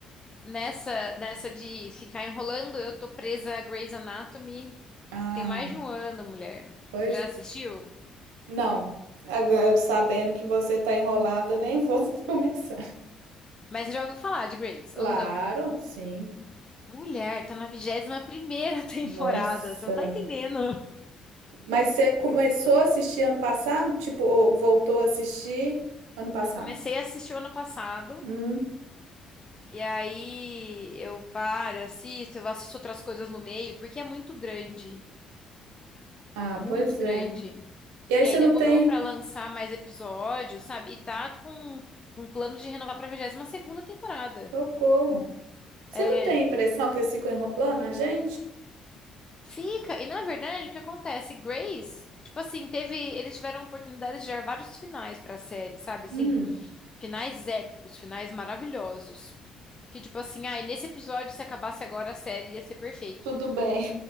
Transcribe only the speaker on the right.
Ah,
pois
não. Agora, sabendo que você tá enrolada, eu nem vou <laughs> começar.
Claro,
sim.
Nossa.
Mas você começou a assistir ano passado? Tipo, ou voltou a assistir ano passado?
Hum.
Ah,
pois
é. E aí
você
não tem?
Socorro. Você
não tem a impressão que eles ficam enrolando a gente?
Hum.
Tudo bem,